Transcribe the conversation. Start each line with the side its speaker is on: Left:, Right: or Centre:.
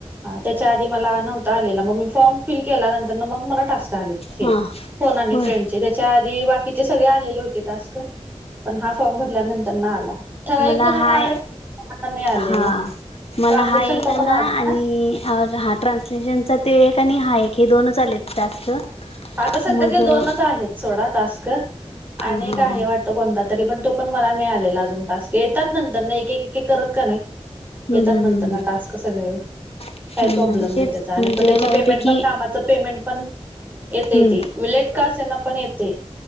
Right: त्याच्या आधी मला नव्हता आलेला मग मी फॉर्म फील केल्या नंतरन मग मला टास्क आलेत हे
Left: हा
Right: फोन आणि
Left: होय
Right: फ्रेंड चे च्या आधी बाकीचे सगळे आलेले होते टास्क पण हा फॉर्म भरल्यानंतर ना आला ठराविक
Left: मला
Right: जणांना
Left: हाय
Right: आलाय नाय आलेला
Left: हा मला
Right: ट्रानस्क्रिपशन
Left: हा एक
Right: चा
Left: आला
Right: पण आलाय
Left: आणि
Right: ना?
Left: हा ट्रान्सलेशनचा ते एक आणि हा एक हे दोन चालेत टास्क
Right: आता सध्या
Left: मग
Right: ते दोनच
Left: हा
Right: आहेत सोडा टास्क आणि
Left: हा
Right: एक आहे
Left: हा
Right: वाट त कोणता तरी पण तो पण मला नइ आलेला अजून टास्क येतात नंतर नइ एक, एक, एक, एक करत क नइ
Left: हम्म
Right: येतात
Left: हम्म
Right: नंतर
Left: हम्म
Right: न टास्क सगळे
Left: हम्म
Right: काय प्रॉब्लेम
Left: नाही
Right: नाय
Left: तेच
Right: त्याचा आणि
Left: म्हणजे
Right: त्याचे
Left: बऱ्यापैकी
Right: पेमेंट पण कामाच पेमेंट पण येतय
Left: हम्म
Right: ते विलेट का असना पण येतय